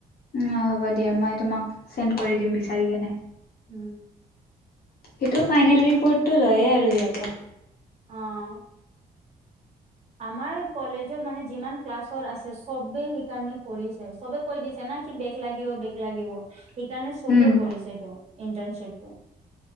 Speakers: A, on the left (about 70°); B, on the right (about 40°).
A: অঁ হ'ব দিয়া মই তোমাক চেন্ড কৰি দিম বিচাৰি কেনে।
B: উম।
A: সেইটো ফাইনেল ৰিপ'ৰ্টটো লয়েই আৰু সিহঁতে।
B: অঁ। আমাৰ কলেজত মানে যিমান ক্লাছৰ আছে চবে সেইকাৰণে কৰিছে, চবে কৰি দিছে না নাই কি বেক লাগিব বেক লাগিব। সেইকাৰণে চবে
A: উম।
B: কৰিছে এইটো, ইণ্টাৰ্নশিপটো।